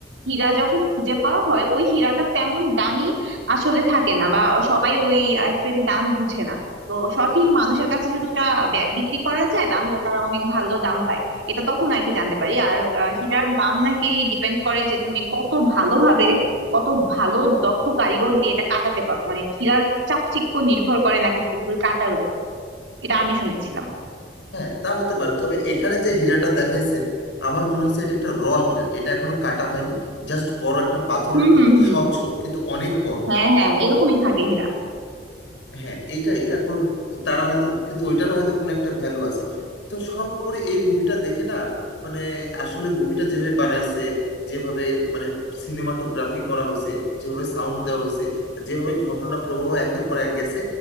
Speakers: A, on the right (about 90°); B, on the left (about 75°).
A: হীরা যখন খুঁজে পাওয়া হয় ওই হীরাটা তেমন দামি আসলে থাকে না বা সবাই ওই অ্যাকচুয়ালি দাম বুঝে না তো সঠিক মানুষের কাছে যদি ওটা বে- বিক্রি করা যায় তাহলে তারা অনেক ভালো দাম পায় এটা তখন আর কি জানতে পারি আর আহ, হীরার দাম নাকি ডিপেন্ড করে যে তুমি কত ভালোভাবে কত ভালো দক্ষ কারিগর দিয়ে এটা কাটাতে পারো মানে চাকচিক্য নির্ভর করে নাকি পুরোপুরি কাটার উপর এটা আমি শুনেছিলাম
B: হ্যাঁ তা হতে পারে তবে এখানে যে হীরাটা দেখাইছে আমার মনে হয়েছে এটা একটা র হীরা এটা এখনো কাটা হয়নি জাস্ট বড় একটা পাথরের
A: হুম
B: মতো
A: হুম হুম
B: স্বচ্ছ কিন্তু অনেক বড়
A: হ্যাঁ হ্যাঁ এরকমই থাকে হীরা
B: হ্যাঁ এটাই এখন তারা হয়তো কিন্তু ওইটারও হয়তো কোনো একটা ভ্যালু আছে তো সর্বোপরি এই মুভিটা দেখে না মানে আসলে মুভিটা যেভাবে বানাইছে যেভাবে মানে সিনেমাটোগ্রাফি করা হয়েছে যেভাবে সাউন্ড দেওয়া হয়েছে যেভাবে ঘটনা প্রবাহ একের পর এক গেছে